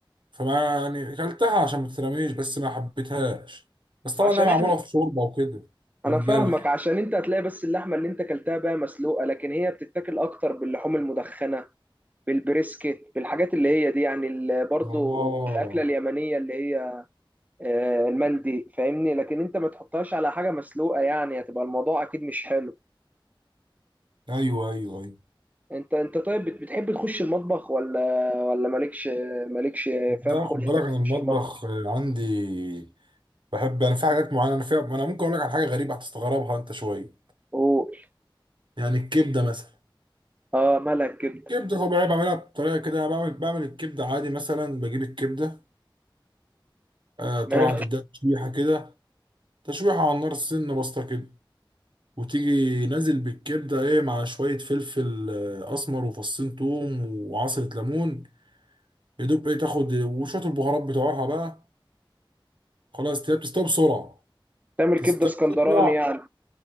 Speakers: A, on the right (about 65°); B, on the right (about 20°).
A: فما يعني اكلتها عشان ما تترميش بس ما حبيتهاش بس طبعا
B: عشان
A: هي معموله
B: إحنا-
A: في شوربه وكده وملح
B: انا فاهمك عشان انت هتلاقي بس اللحمه اللي انت اكلتها بقى مسلوقه لكن هي بتتاكل اكتر باللحوم المدخنه بالبريسكت بالحاجات اللي هي دي يعني ال- برضو
A: اه
B: الاكله اليمنيه اللي هي آه، المندي فاهمني لكن انت ما تحطهاش على حاجه مسلوقه يعني هتبقى الموضوع اكيد مش حلو
A: ايوه ايوه ايوه
B: انت انت طيب بت- بتحب تخش المطبخ ولا ولا مالكش مالكش
A: لا
B: فاهم
A: خد
B: خلق
A: بالك
B: انك
A: انا
B: تخش
A: المطبخ
B: المطبخ
A: عندي بحب انا في حاجات معينه انا فيها انا ممكن اقول لك على حاجه غريبه هتستغربها انت شويه
B: قول
A: يعني الكبده مثلا
B: اه مالها الكبده
A: الكبده طبيعي بعملها بطريقه كده أنا بعمل بعمل الكبده عادي مثلا بجيب الكبده آه طبعا
B: ماشي
A: تديها تشويحه كده تشويحه على النار سنه بسيطه كده وتيجي نازل بالكبدة ايه مع شوية فلفل آه، أسمر وفصين توم وعصرة ليمون يدوب ايه تاخد وشوية البهارات بتوعها بقى خلاص تلاقيها بتستوي بسرعة
B: تعمل
A: تستوي
B: كبده اسكندراني
A: تطلع
B: يعني